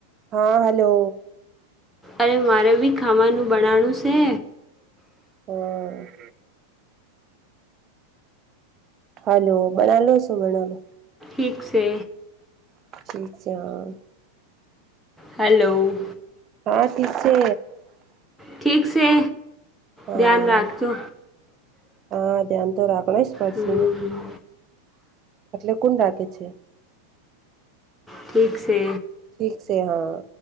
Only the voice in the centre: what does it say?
અરે મારે બી ખાવાનું બનાણું છે.
ઠીક છે.
હલો.
ઠીક છે.
ધ્યાન રાખજો
હમ્મ.
ઠીક છે.